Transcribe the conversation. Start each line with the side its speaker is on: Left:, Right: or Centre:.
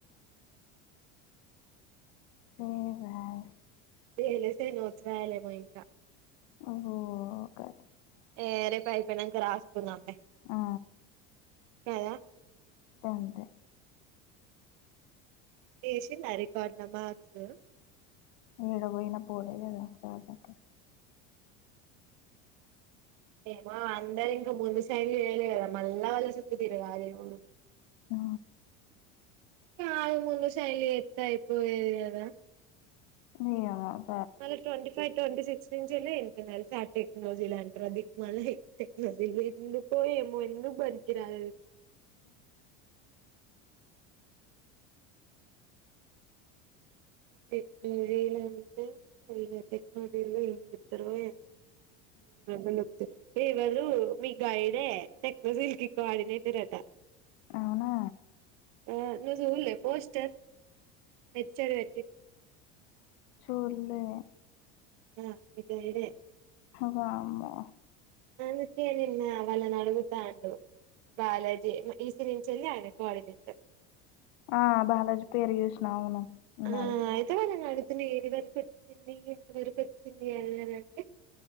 Left: సేమ్ యాస్
Right: డి వేలేస్తే నోట్స్ రాయలేమో ఇంకా
Left: ఓహో కద
Right: ఏ రేపు అయిపోయినంక రాస్ కుందాం లే
Left: ఆ
Right: కదా
Left: గంతే
Right: తీసిందా రికార్డ్ల మర్క్స్
Left: ఏడ పోయిన పోలే కదా సార్ దగ్గరి
Right: మా అందరు ఇంకా ముందు సైన్లు జేయ్యాలె కదా మళ్ళా వాళ్ళ చుట్టూ తిరగాలే ఏమో
Left: ఆ
Right: కాదు ముందు సైన్లు జేత్తే అయిపోయేది కదా
Left: నీయవ్వ
Right: మళ్ళీ ట్వంటీ ఫైవ్ ట్వంటీ సిక్స్ ఏ లే ఇంటర్నల్ సార్ టెక్నాలజీ అంట్రరు ఆ దిక్కుమాలిన మళ్ళీ టెక్నాలజీ ఎందుకో ఏమో ఎందుకు పనికిరాదు అది <inaudible> టెక్నాలజీలు అంటే వీళ్ళ టెక్నాలజీలో ఏం జేత్తారో ఏమో ముందే <unintelligible> ఎవరు మీ గైడే టెక్నోసిల్కి కోఆర్డినేటర్ అట
Left: అవునా
Right: ఆ ను జుల్లే పోస్టర్ పెచ్చర్ వే
Left: చూడ్లే
Right: ఆ మీ గైడే
Left: వామ్మో
Right: అందుకే నిన్న వాళ్ళను అడుగుతాండు. బాలాజీ ఎ ఈస్ తిను చెల్లి ఆయన కోఆర్డినేటర్
Left: ఆ బాలాజి పేరు చేస్న అవును. ఉన్నది
Right: ఆ అయితే వాళ్లన్ అడు తిను ఏడి వరకు వచ్చింది. ఇంటి వరకు వచ్చింది అదిదనంటే